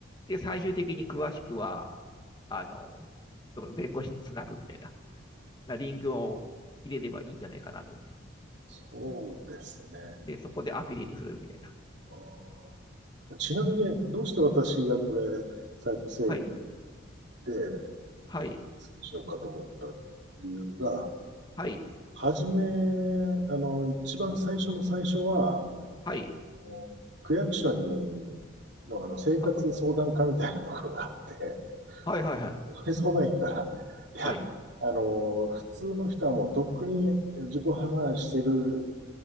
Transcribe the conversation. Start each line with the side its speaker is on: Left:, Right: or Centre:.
Left: で、最終的に詳しくは、あの、弁護士につなぐみたいな、なリンクを入れればいいんじゃないかなと思って。
Right: そうですね。
Left: で、そこでアフィリエイトするみたいな。
Right: あーちなみに、どうして私がこれ、イ部整理
Left: はい、
Right: で
Left: はい、
Right: にしようかと思った理由が、
Left: はい、
Right: はじめ、あの、一番最初の最初は、
Left: はい、
Right: あの区役所に、の、あの、生活相談課みたいなところがあって、
Left: ははい、はい、はい、
Right: そこに相談行ったら、いや、
Left: はい。
Right: あの、普通の人はもうとっくに自己破産してる